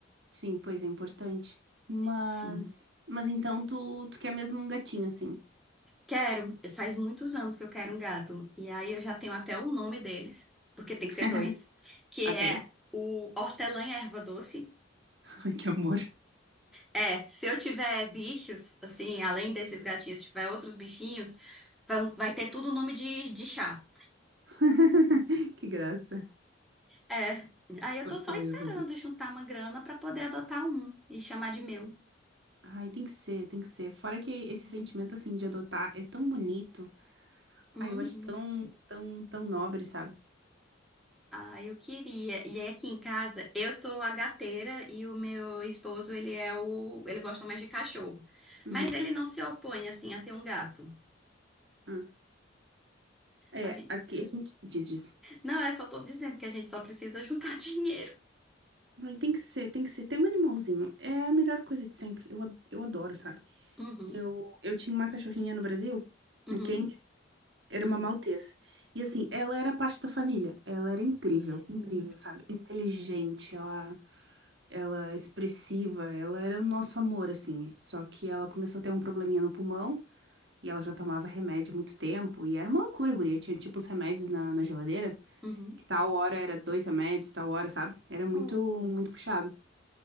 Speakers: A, on the right (about 60°); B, in the centre.
A: Sim, pois é importante. Mas.
B: Sim.
A: Mas então tu, tu quer mesmo um gatinho, assim.
B: Quero. Faz muitos anos que eu quero um gato. E aí eu já tenho até o nome deles, porque tem que
A: <laughs>
B: ser dois, que
A: Ok.
B: é o hortelã e a erva doce.
A: Ai, que amor.
B: É, se eu tiver bichos, assim, além desses gatinhos, se tiver outros bichinhos, vai, vai ter tudo o nome de, de chá.
A: <laughs> Que graça.
B: É. Aí eu tô
A: Hortelã
B: só esperando
A: e erva doce.
B: juntar uma grana pra poder adotar um e chamar de meu.
A: Ai, tem que ser, tem que ser. Fora que esse sentimento, assim, de adotar é tão bonito.
B: Uhum.
A: Ai, eu acho tão, tão, tão nobre, sabe?
B: Ah, eu queria. E aí aqui em casa, eu sou a gateira e o meu esposo, ele é o, ele gosta mais de cachorro.
A: Uhum.
B: Mas ele não se opõe assim a ter um gato.
A: uhum. É,
B: A gente...
A: aqui a gente diz, diz.
B: Não, é só tô dizendo que a gente só precisa juntar <laughs> dinheiro.
A: Ai, tem que ser, tem que ser. Tem um animalzinho. É a melhor coisa de sempre. Eu, a- eu adoro, sabe?
B: Uhum,
A: Eu, eu tinha uma cachorrinha no Brasil,
B: uhum,
A: ok? Era
B: uhum.
A: uma maltese. E assim, ela era parte da família. Ela era incrível,
B: Sim.
A: incrível, sabe? Inteligente, ela, ela é expressiva, ela era o nosso amor, assim. Só que ela começou a ter um probleminha no pulmão e ela já tomava remédio há muito tempo. E era uma loucura, guria. Tinha tipo os remédios na, na geladeira,
B: Uhum.
A: que tal hora era dois remédios, tal hora, sabe? Era muito,
B: Oh,
A: muito puxado.